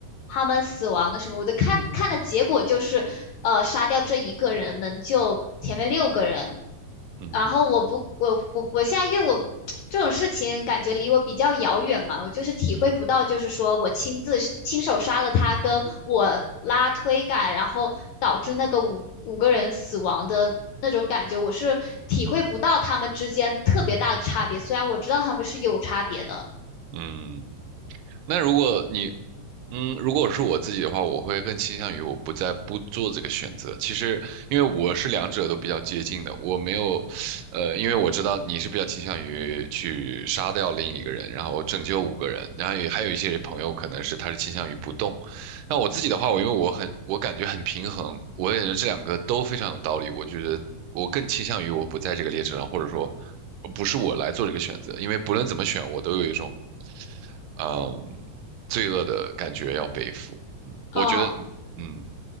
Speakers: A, on the left; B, on the right.
A: 他们死亡的什么。我的看看的结果就是，呃，杀掉这一个人能救前面六个人。
B: 嗯。
A: 然后我不，我我我现在因为我这种事情感觉离我比较遥远嘛，我就是体会不到，就是说我亲自亲手杀了他，跟我拉推杆，然后导致那个五五个人死亡的那种感觉，我是体会不到他们之间特别大的差别，虽然我知道他们是有差别的，
B: 嗯，那如果你，嗯，如果是我自己的话，我会更倾向于我不再不做这个选择。其实，因为我是两者都比较接近的，我没有，呃，因为我知道你是比较倾向于去杀掉另一个人，然后拯救五个人，然后也还有一些朋友可能是他是倾向于不动。那我自己的话，我因为我很，我感觉很平衡，我也觉得这两个都非常有道理。我觉得我更倾向于我不在这个列车上，或者说不是我来做这个选择，因为不论怎么选，我都有一种嗯，罪恶的感觉要背负。嗯，
A: 嗯。
B: 我觉得，嗯，